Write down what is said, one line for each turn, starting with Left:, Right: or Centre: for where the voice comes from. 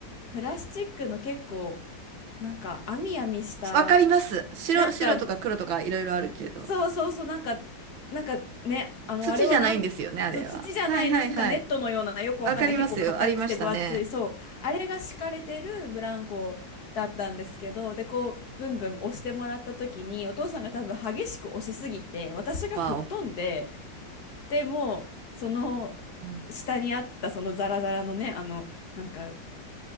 Left: プラスチックの結構なんか網網した
Right: わかります。白、
Left: なんかね
Right: 白とか黒とかいろいろあるけど。
Left: そうそうそう、なんか、なんかね、あの、
Right: 土じゃないんですよね、
Left: あれはなん、
Right: あれは。
Left: そう土じゃない、
Right: はいはいはい。
Left: なんかネットのような、よくわかんない、
Right: わかりますよ。
Left: 結構硬くて分厚い、
Right: ありましたね。
Left: そう、あれが敷かれてるブランコだったんですけど、で、こう、ブンブン押してもらった時に、お父さんが多分激しく押しすぎて、私が吹っ飛んで、
Right: わお。
Left: でもう、その、
Right: うん
Left: 下にあったそのザラザラのね、あの、なんか、